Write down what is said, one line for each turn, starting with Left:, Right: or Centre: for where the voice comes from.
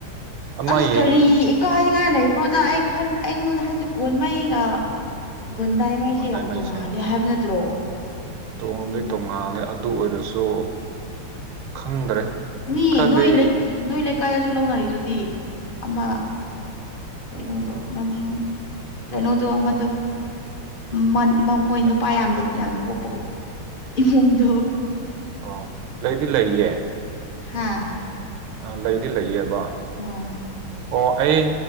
Right: ꯑꯃ
Left: ꯑꯁ
Right: ꯌꯦꯡ
Left: ꯀꯔꯤ ꯏꯀꯥꯏꯅꯤꯉꯥꯏ ꯂꯩꯕ꯭ꯔꯣꯗ ꯑꯩ ꯈꯟ ꯑꯩꯉꯣꯟꯗ ꯍꯥꯏꯗꯤ ꯒꯣꯟꯃꯩꯒ ꯒꯨꯟꯗꯥꯏꯃꯩꯁꯦ
Right: ꯈꯣꯟꯗꯥꯏꯃꯩꯁꯦ
Left: ꯌꯥꯝ ꯇꯣꯡꯉꯥꯜꯂꯦ ꯍꯥꯏꯕ ꯅꯠꯇ꯭ꯔꯣ
Right: ꯇꯣꯡꯗꯤ ꯇꯣꯡꯉꯥꯜꯂꯦ ꯑꯗꯨ ꯑꯣꯏꯔꯁꯨ ꯈꯪꯗ꯭ꯔꯦ
Left: ꯃꯤ
Right: ꯈꯔꯗꯤ
Left: ꯅꯣꯏ ꯂꯩ ꯅꯣꯏ ꯂꯩꯀꯥꯏꯒꯁꯨ ꯂꯧꯅꯔꯤꯗꯨꯗꯤ ꯑꯃꯥ ꯀꯩꯅꯣꯗꯣ ꯃꯃꯤꯡ ꯀꯩꯅꯣꯗꯣ ꯑꯃꯥꯗꯣ ꯃꯟ ꯃ ꯃꯣꯏ
Right: ꯂꯩ
Left: ꯅꯨꯄꯥ ꯌꯥꯝꯗ ꯌꯥꯝꯅ ꯄꯣꯛꯄ ꯏꯃꯨꯡꯗꯣ
Right: ꯑꯣ ꯂꯩꯗꯤ ꯂꯩꯌꯦ
Left: ꯍꯥꯥ
Right: ꯑ ꯂꯩꯗꯤ ꯂꯩꯌꯦꯕ
Left: ꯋ
Right: ꯑꯣ ꯑꯩ